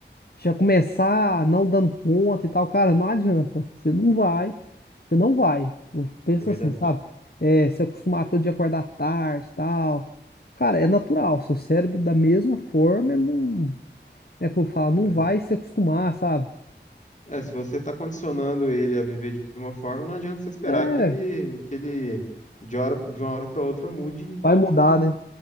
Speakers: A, on the left (about 55°); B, on the left (about 40°).
A: já começar não dando conta e tal, cara, não adianta. Você não vai, você não vai. Eu penso
B: É verdade,
A: assim, sabe? É, se acostumar todo dia a acordar tarde e tal. Cara, é natural. Seu cérebro, da mesma forma, ele não. Como é que eu vou falar? Não
B: é verdade.
A: vai se acostumar, sabe?
B: É, se você está condicionando ele a viver de uma forma, não adianta você esperar
A: É,
B: que ele, que ele de hora, de uma hora para outra mude
A: vai
B: e.
A: mudar, né?